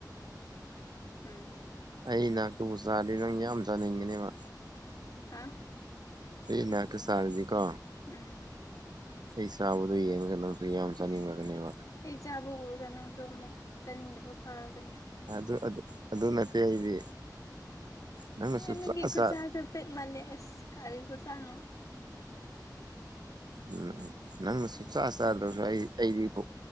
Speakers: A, on the left; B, on the right.
A: ꯎꯝ
B: ꯑꯩꯅ ꯇꯨ ꯆꯥꯔꯗꯤ ꯅꯪ ꯌꯥꯝ ꯆꯥꯅꯤꯡꯉꯅꯦꯕ
A: ꯍꯥꯥ
B: ꯑꯩ ꯅꯥꯛꯇ ꯆꯔꯗꯤꯀꯣ
A: ꯎꯝ
B: ꯑꯩ ꯆꯥꯕꯗꯣ ꯌꯦꯡꯉꯒ ꯅꯪꯁꯨ ꯌꯥꯝ ꯆꯥꯅꯤꯡꯂꯛꯒꯅꯦꯕ
A: ꯏꯁ ꯑꯩ ꯆꯥꯕ ꯎꯔꯒ ꯅꯪꯁꯨ ꯑꯃꯨꯛ ꯆꯥꯅꯤꯡꯗꯕ ꯐꯥꯎꯔꯒꯅꯤ
B: ꯑꯗꯨ ꯑꯗꯨ ꯅꯠꯇꯦ ꯑꯩꯗꯤ ꯅꯪꯅ
A: ꯑꯦ
B: ꯁꯨꯆꯥ
A: ꯅꯪꯒꯤ ꯈꯨꯠꯁꯥꯁꯦ
B: ꯆꯥ
A: ꯄꯦꯠ ꯃꯥꯂꯦꯁ ꯀꯥꯔꯤꯕ ꯈꯨꯆꯥꯅꯣ
B: ꯎꯝ ꯎꯝ ꯅꯪꯅ ꯁꯨꯡꯆꯥ ꯆꯥꯗ꯭ꯔꯁꯨ ꯑꯩ ꯑꯩꯗꯤ ꯄꯨꯛ